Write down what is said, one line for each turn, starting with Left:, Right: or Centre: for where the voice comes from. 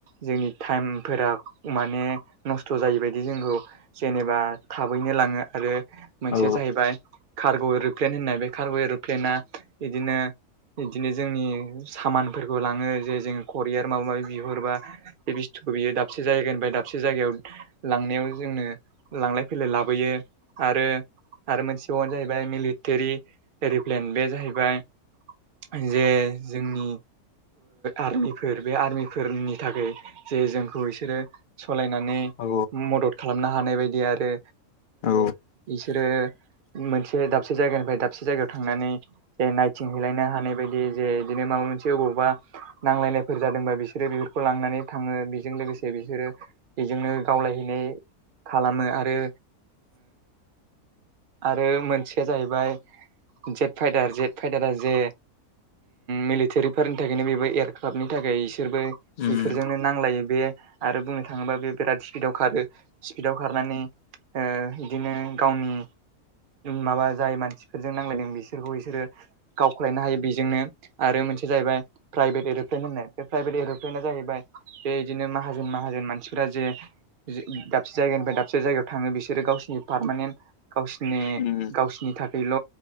Right: जोंनि टाइमफोरा माने नस्थ' जायैबायदि जोंखौ जेनेबा थाबैनो लाङो आरो मोनसे
Left: औ
Right: जाहैबाय। कार्ग' एर'प्लेन होननाय बे कार्ग' एर'प्लेना बिदिनो बिदिनो जोंनि सामानफोरखौ लाङो जे जोंो करियार माबा माबि बिहरबा बे बस्थुखौ बियो दाबसे जायगानिफ्राय दाबसे जायगायाव लांनायाव जोंनो। लांलाय फैलाय लाबोयो आरो आरो मोनसेबावनो जाहैबाय मिलिटारि एरिप्लेन बे जाहैबाय। जे जोंनि आर्मिफोर बे आर्मिफोरनि थाखाय जे जोंखौ बिसोरो सालायनानै
Left: औ
Right: मदद खालामनो हानाय बायदि आरो।
Left: औ
Right: बिसोरो मोनसे दाबसे जायगानिफ्राय दाबसे जायगायाव थांनानै। जे नायथिंहैलायनो हानाय बायदि जे बिदिनो माबा मोनसे अबावबा। नांलायनायफोर जादोंबा बिसोरो बेफोरखौ लांनानै थाङो बेजों लोगोसे बिसोरो। बेजोंनो गावलायहैनाय खालामो आरो। आरो मोनसेया जाहैबाय जेट फाइटार जेट फाइटारा जे मिलिटारिफोरनि थाखायनो बेबो एरखाबनि थाखाय बिसोरबो।
Left: उम
Right: बेफोरजोंनो नांलायो बे आरो बुंनो थाङोबा बे बिराद स्पिडाव खारो। स्पिदाव खारनानै बिदिनो गावनि। माबा जाय मानसिफोरजों नांजलायदों बिसोरखौ बिसोरो गावखलायनो हायो बेजोंनो। आरो मोनसे जाहैबाय प्राइभेट एर'प्लेन होननाय बे प्राइभेट एर'प्लेनना जाहैबाय बे बिदिनो माहाजोन। मोन मानसि जे दसे जायगानिनि दाबसे जाय थाङो बिसोरो गावसिनिसैमोन गावसिनि
Left: उम
Right: गावसिनि थाखायल'